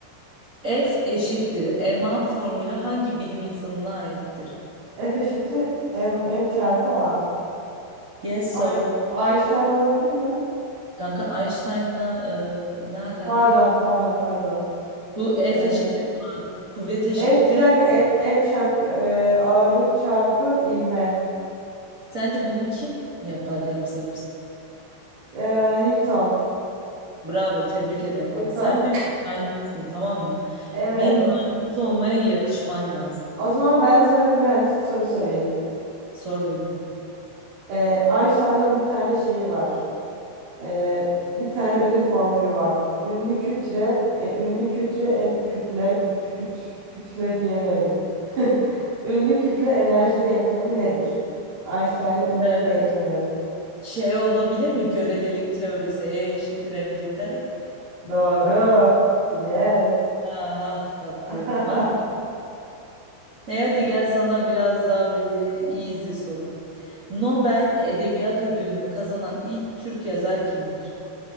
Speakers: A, on the right; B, on the right.
A: F eşittir. MA formülü hangi bilim insanına aittir?
B: F eşittir M, M çarpı A.
A: Yes sir.
B: Ay, Einstein olabilir mi?
A: Kanka Einstein'la e, ne alaka?
B: Pardon, pardon, pardon.
A: Bu F
B: Ee,
A: eşittir, kuvvet eşittir.
B: F bir dakika F, M çarpı e, ağırlık çarpı ivme.
A: Sence bunu kim yapar yapsa yapsa?
B: E, Newton.
A: Bravo, tebrik ederim.
B: Newton.
A: Bak sen bir mühendissin tamam mı?
B: Evet.
A: Bir mühendis olmaya yakışman lazım.
B: O zaman ben de sana bir mühendislik soru sorayım.
A: Sor bebeğim.
B: E, Einstein'ın bir tane şeyi var. E, bir tane ünlü formülü var. Ünlü kütle, e, ünlü kütle, en, kütle, küt, küt, kütle diyemedim. <laughs> Ünlü kütle enerji denklemi nedir? Einstein'ın ünlü
A: Ee,
B: bir denklemi.
A: şey olabilir mi? Görelilik teorisi. E eşittir mc kare.
B: Doğru. Yes.
A: Ah ah tatlım.
B: <laughs>
A: Ah. Ne hadi gel sana biraz daha böyle easy soru. Nobel Edebiyat Ödülünü kazanan ilk Türk yazar kimdir?